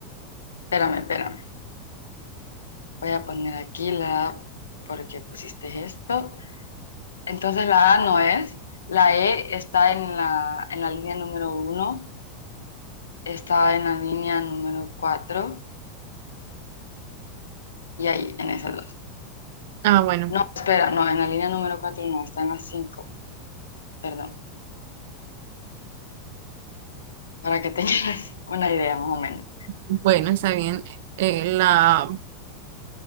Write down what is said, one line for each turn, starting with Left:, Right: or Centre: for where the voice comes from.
Left: espérame, espérame. Voy a poner aquí la A porque pusiste esto. Entonces la A no es. La E está en la, en la línea número uno, está en la línea número cuatro y ahí, en esas dos.
Right: Ah, bueno,
Left: No, espera, no, en la línea número cuatro no, está en la cinco, perdón, para que <laughs> tengas una idea más o menos.
Right: bueno, está bien. Eh, la